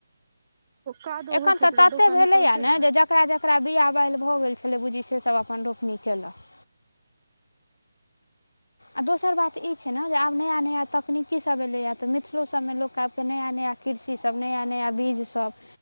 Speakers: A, on the right; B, on the left.
A: कादो
B: एखन
A: होइत
B: तऽ
A: हेतै
B: तते
A: डोका
B: भेलैए
A: निकलतै
B: न
A: ने
B: जे जेकरा जेकरा बिआ बैल भऽ गेल छलै बूझी से सब अपन रोपनी केलक आ दोसर बात ई छै ने जे आब नया नया तकनीकी सभ एलैआ तऽ मिथिलो सभ मे लोक आब कऽ नया नया कृषि सभ नया नया बीज सभ